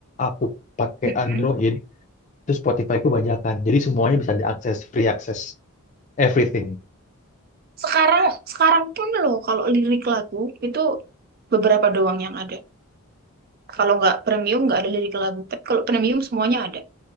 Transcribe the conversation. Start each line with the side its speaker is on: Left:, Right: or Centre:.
Left: aku pakai
Right: Mm-mm.
Left: Android, terus Spotify ku bajakan. Jadi semuanya bisa diakses, free akses. everything.
Right: Sekarang, sekarang pun loh, kalau lirik lagu itu beberapa doang yang ada. Kalau nggak premium nggak ada lirik lagu. Tapi kalau premium semuanya ada.